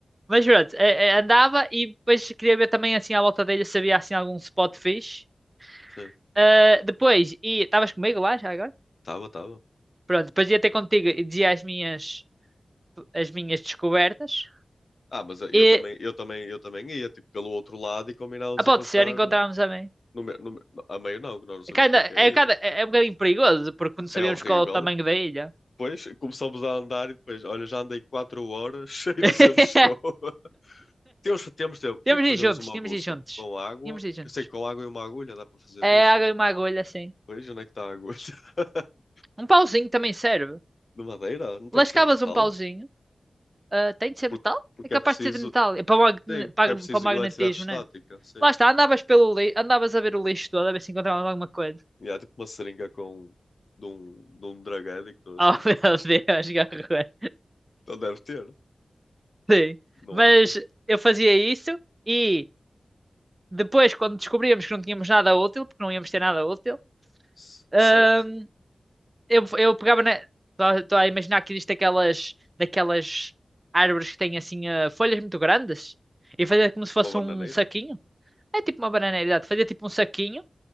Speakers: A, on the right; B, on the left.
A: Mas pronto, eh, eh, andava e depois queria ver também assim à volta dele se havia assim algum spot fixe.
B: Sim,
A: Ah, depois, e estavas comigo lá já agora?
B: tava, tava.
A: Pronto, depois ia ter contigo e dizia as minhas, as minhas descobertas.
B: Ah, mas eu
A: E
B: também, eu também, eu também ia tipo pelo outro lado e combinávamos
A: ah, pode
B: encontrar
A: ser, encontrávamos também.
B: no, me- no, me- a meio não, que nós não sabemos
A: É, que ainda-
B: como é que é a
A: é,
B: ilha.
A: cada é é um bocadinho perigoso, porque não sabíamos
B: É horrível.
A: qual é o tamanho da ilha.
B: Depois começamos a andar e depois, olha, já andei quatro horas, <laughs> cheio
A: <laughs>
B: não sei onde estou. <laughs> Temos, temos tempo. Como
A: Tínhamos
B: é que fazemos
A: de ir juntos,
B: uma
A: tínhamos
B: bússola?
A: de ir juntos.
B: Com água?
A: Tínhamos de ir juntos.
B: Eu sei que com água e uma agulha dá para fazer
A: É
B: a bússola.
A: água e uma agulha, assim.
B: Pois, onde é que está a agulha? <laughs>
A: Um pauzinho também serve.
B: De madeira? Não tem
A: Lascavas
B: que ser de metal?
A: um pauzinho. ah, tem de ser
B: Porque,
A: metal?
B: porque
A: É capaz
B: é preciso.
A: de ser de metal. É para o, magne-
B: Sim, porque
A: para,
B: é preciso
A: o para o magnetismo,
B: eletricidade estática,
A: né?
B: sim.
A: Lá está, andavas pelo lixo, andavas a ver o lixo todo, a ver se encontravas alguma coisa.
B: E há tipo uma seringa com. de um, de um drug addict ou assim.
A: Oh <laughs> meu Deus, garra.
B: Então deve ter,
A: Sim.
B: não
A: Mas
B: achas?
A: eu fazia isso e depois, quando descobríamos que não tínhamos nada útil, porque não íamos ter nada útil,
B: C-
A: ahm,
B: Certo?
A: eu, eu pegava na. Estou a imaginar que existe aquelas, daquelas árvores que têm assim ah, folhas muito grandes e fazia como se fosse
B: Uma bananeira.
A: um saquinho É tipo uma bananeira, exato. Fazia tipo um saquinho,